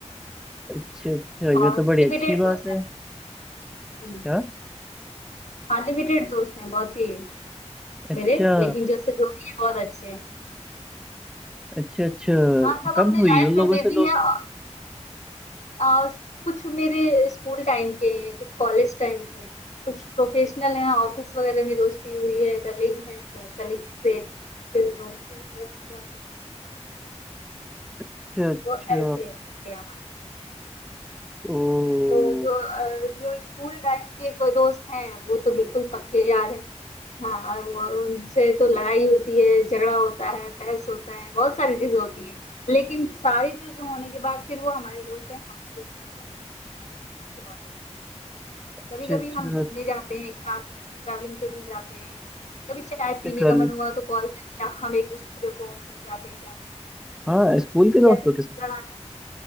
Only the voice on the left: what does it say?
और
लिमिटेड
दोस्त
हैं हम्म,
हाँ लिमिटेड दोस्त हैं बहुत ही
मेरे लेकिन जैसे जो भी है बहुत अच्छे हैं
हाँ सब
अपनी
लाइफ
में बिजी
है और, आ, कुछ मेरे स्कूल टाइम के हैं कुछ कॉलेज टाइम के हैं कुछ प्रोफेशनल हैं ऑफिस वगैरह में दोस्ती हुई है कलीग हैं तो कलीग से फिर दोस्ती की तरह जाते हैं
तो ऐसे थे हमारे
तो जो अ, जो स्कूल टाइम के कोई दोस्त हैं वो तो बिल्कुल पक्के यार हैं हाँ और वो- उनसे तो लड़ाई होती है झगड़ा होता है बहस होता है बहुत सारी चीजें होती हैं लेकिन सारी चीजें होने के बाद फिर वो हमारे दोस्त हैं हम बिल्कुल हमारी अच्छी बॉन्डिंग है
कभी कभी
हम घूमने जाते हैं एक साथ ट्रैवलिंग पे भी जाते हैं कभी चाय पीने
का मन हुआ तो कॉल कर लिया हम एक दूसरे को पूछ जाते हैं चाय पीने
या फिर
लड़ाने